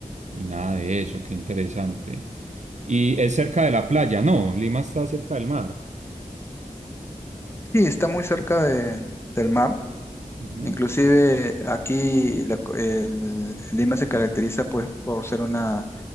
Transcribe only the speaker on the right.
y nada de eso, qué interesante. Y es cerca de la playa, no, Lima está cerca del mar.
Ujú,